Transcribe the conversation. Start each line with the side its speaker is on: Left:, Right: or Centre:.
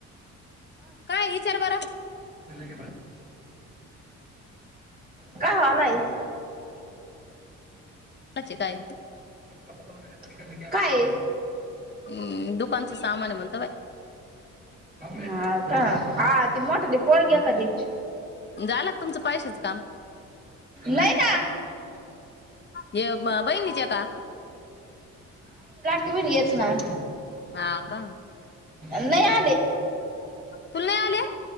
Left: काय विचार बर
Right: <unintelligible> <unintelligible> काय व्हालय <inaudible>
Left: काचे काय
Right: आ <inaudible> काय
Left: अं, दुकानचं सामान आहे म्हणतो बाई
Right: ये हा का हा ते मोठाले पोळ ग कधीच
Left: झालं का तुमचं पैशाचं काम
Right: नाही ना
Left: हे म बहिणीचे का?
Right: तुम्ही येच ना
Left: हा का
Right: नय आले
Left: तुला नाही आले